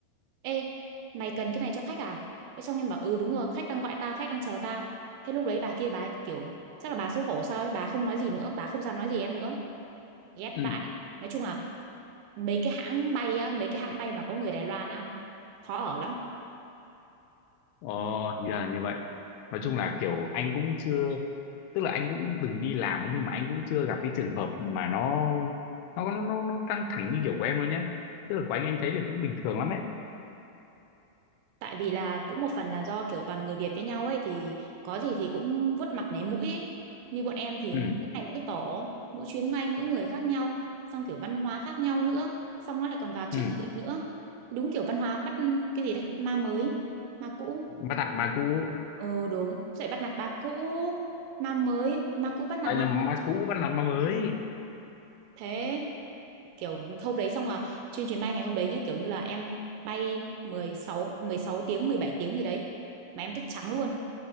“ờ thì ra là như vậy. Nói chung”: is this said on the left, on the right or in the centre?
Left